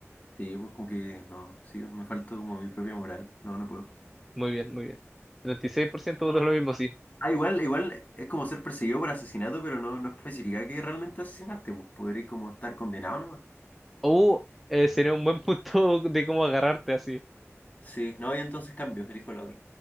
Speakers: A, on the left (about 30°); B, in the centre.
A: Sí, pues como que no, sí, me falta como mi propia moral. No, no puedo.
B: Muy bien, muy bien. 36% votó lo mismo, sí.
A: Ah, igual, igual es como ser perseguido por asesinato, pero no, no especifica que realmente asesinaste, pues podrías como estar condenado nomás.
B: O eh, sería un buen <laughs> punto de cómo agarrarte así.
A: Sí, no, y entonces cambio, elijo la otra.